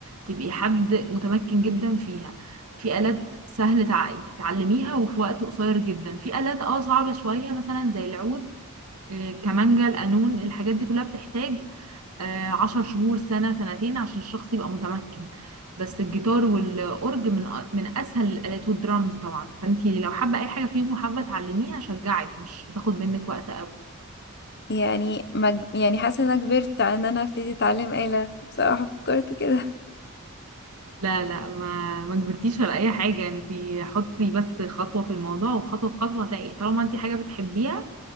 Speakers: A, on the right; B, on the left.
A: تبقي حد متمكن جدا فيها في آلات سهل تع- تتعلميها وفي وقت قصير جدا في آلات اه صعبة شوية مثلا زي العود آه، كمانجا القانون الحاجات دي كلها بتحتاج آه، عشر شهور سنة سنتين عشان الشخص يبقى متمكن بس الجيتار والأورج من أ- من أسهل الآلات والدرامز طبعا فأنتي لو حابة أي حاجة فيهم وحابة تعلميها أشجعك مش هتاخد منك وقت
B: يعني مج... يعني حاسة ان انا كبرت على ان انا ابتدي اتعلم آلة بصراحة فكرت كده
A: لا لا ما ما كبرتيش ولا اي حاجه انتي حطي بس خطوه في الموضوع وخطوه في خطوه هتلاقي طالما انتي حاجه بتحبيها